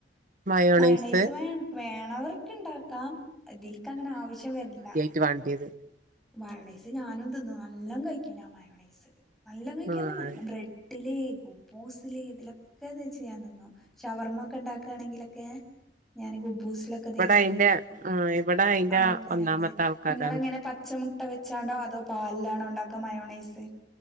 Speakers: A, on the right; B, in the centre.
A: മയോണൈസ്
B: മയണൈസ് വേ വേണവർക്ക് ഉണ്ടാക്കാം ഇതിൽക്ക് അങ്ങനെ ആവശ്യം വരില്ല
A: ഇത് വേണ്ടിയത്
B: മയോണൈസ് ഞാനും തിന്നും നല്ലാം കയിക്കും ഞാൻ മയോണൈസ് നല്ല കഴിക്കുന്നർഞ
A: ആഹ്
B: നല്ല ബ്രെഡ്ഡില് കുബൂസില് ഇതിലൊക്കെ തേച്ച് യാൻ തിന്നു ഷവർമാക്കെ ഉണ്ടാക്കുകയാണെങ്കിലൊക്കെ ഞാൻ ഗുബൂസ് <unintelligible>
A: ഇവിടെ അയിന്റെ ആഹ് ഇവിടെ അയിന്റെ
B: ആൾക്കാരല്ലേ
A: ഒന്നാമത്തെ ആൾക്കാരാണ്
B: നിങ്ങളങ്ങനെ പ മുട്ട വെച്ചാണ്ടോ അതോ പാൽലാണോ ഇണ്ടാക്ക മയോണൈസ്